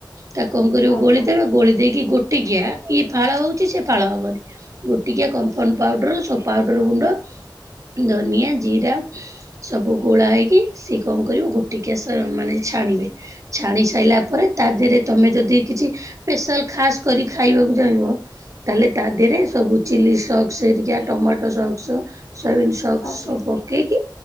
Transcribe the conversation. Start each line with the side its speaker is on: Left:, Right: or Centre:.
Right: ତା କଣ କରିବ
Left: ଆଜ୍ଞା ଆଜ୍ଞା ଆଜ୍ଞା ଆଜ୍ଞା ଆଜ୍ଞା
Right: ଗୋଳିଦବେ ଗୋଳି ଦେଇକି ଗୋଟିକିଆଇ ଫାଳ ହଉଛି ସେ ଫାଳ ହବନି ଗୋଟିକିଆ କମ୍ପାଉଣ୍ଡ ପାଉଡର ସୋ ପାଉଡର ଗୁଣ୍ଡ ଧନିଆ ଜିରା ସବୁ ଗୋଳା ହେଇକି ସି କଣ? ଗୋଟିକିଆ ସ୍- ମାନେ ଛାଣିଵେ ଛାଣିସାଇଲା ପରେ ତା ଦିହରେ ତମେ ଯଦି କିଛି ପେଶାଲ ଖାସ୍ କରି ଖାଇବାକୁ ଚାହିଁବ? ତାହେଲେ ତା ଦେହେରେ ସବୁ ଚିଲି ସକ୍ସ ହେରିକା ଟମାଟୋ ସକ୍ସ ସୋୟାବିିନ୍ ସକ୍ସ
Left: ଆଜ୍ଞା
Right: ସବୁ
Left: ଆଜ୍ଞା
Right: ପକେଇକି